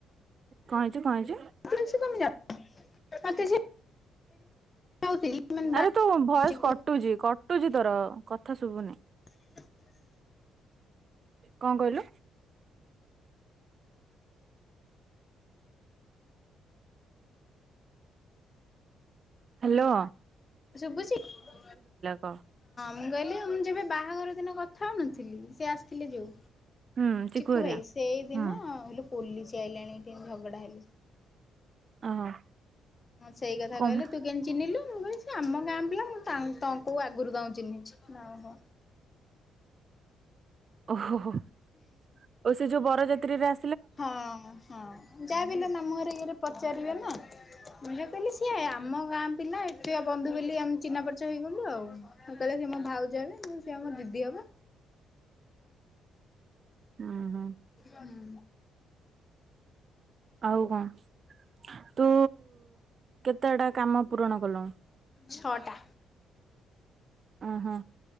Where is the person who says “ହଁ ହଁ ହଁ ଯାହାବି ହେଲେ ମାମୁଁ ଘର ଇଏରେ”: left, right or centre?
Left